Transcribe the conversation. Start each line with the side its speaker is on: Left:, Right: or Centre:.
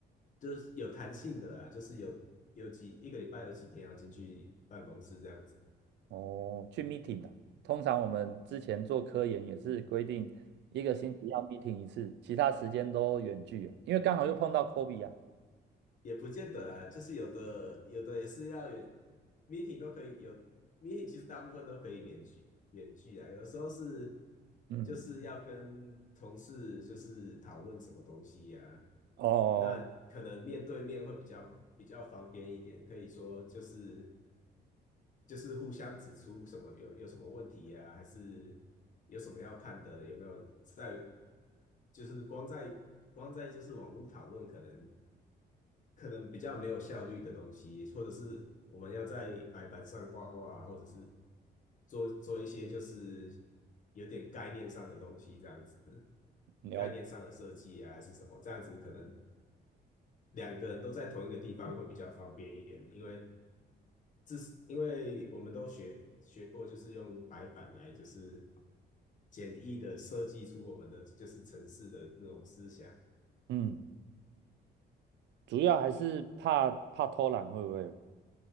Left: 就是有弹性的啊，就是有有几一个礼拜有几天要进去办公室这样子。
Right: 哦，去 meeting 啊。通常我们之前做科研也是规定一个星期要 meeting 一次，其他时间都远距啊，因为刚好又碰到 COVID 啊。
Left: 也不见得啦，就是有的有的也是要远 meeting 都可以有 meeting，其实大部分都可以远距远距啊，有的时候是
Right: 嗯，
Left: 就是要跟同事就是讨论什么东西呀、
Right: 哦。
Left: 那可能面对面会比较比较方便一点，可以说就是就是互相指出什么有有什么问题呀、还是有什么要看的，有没有在就是光在光在就是网络讨论可能。可能比较没有效率的东西，或者是我们要在白板上画画啊，或者是做做一些就是有点概念上的东西，这样子，
Right: 了
Left: 概念上的设计啊，还是什么，这样子可能两个人都在同一个地方会比较方便一点，因为这是因为我们都学学过，就是用白板来就是简易的设计出我们的就是城市的那种思想，
Right: 嗯，主要还是怕怕偷懒，会不会？